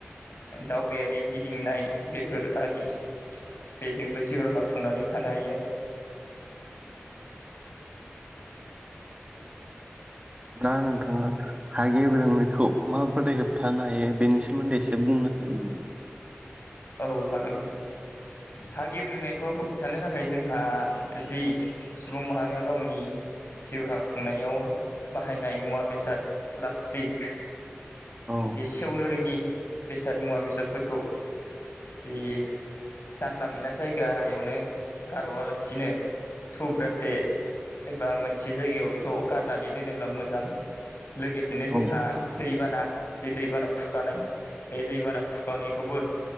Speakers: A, on the left; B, on the right.
A: दावबायारि गिदिंनाय बेफोर आरि बेजोंबो जिउ रावाहा खुंनानै थानो हायो आरो
B: दा नोंथांङा हागे बेोंनायखौ माबोरै होबथानो हायो बेनि सोमोन्दै एसे बुंनो हागोन नामा
A: औ हागोन हा गिब्रोंनायखौ होबथानो थाखाय जोंहा जि सुबुं माहारिया गावनि जिउहा खुंनायाव बाहायनाय मुवा बेसाद प्लास्टिक
B: औ
A: जि सेवनो रोंङि बेसाद मुवा बेसादफोरखौ जि जानला मोनला जायगायावनो गारवा लासिनो थुब्रासे एबा मोनसे जायगायाव ज' गारनानै दोनोब्ला मोजां लोगोसेनो
B: औ
A: जोंहा दैबाना जि दैबाना खुरखानाय बे दैबाना खुरखानायखौबो